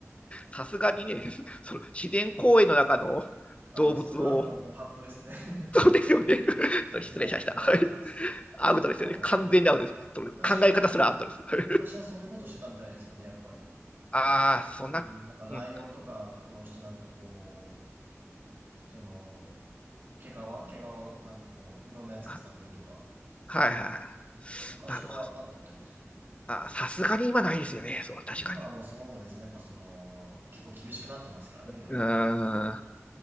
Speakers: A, on the left; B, on the right.
A: さすがにね、<laughs> その自然公園の中の動物を、
B: あ、もうそれはもうご法度ですね。<laughs>
A: そうですよね。<laughs> ちょっと失礼しました。
B: さすがにそれはアウトです。
A: <laughs> はいアウトですよね。
B: あともう、
A: 完全にアウトです。その考え方すらアウトです。
B: 昔は、
A: <laughs> はい
B: 昔はそういうことしてたみたいですかね、やっぱり。
A: ああ、そんな、
B: うん、なんかライオンとか殺してなんかこう、
A: うん。
B: その、毛皮毛皮をなんかこう、いろんなやつに使ったりとか、
A: ははいはい。
B: 昔はあったみたいですよ。
A: なるほど。ああ、さすがに今ないですよね。そう、確か
B: 今はもうそうですね、やっぱその、結構厳しくなってますからね、いろいろ。
A: に。うーん。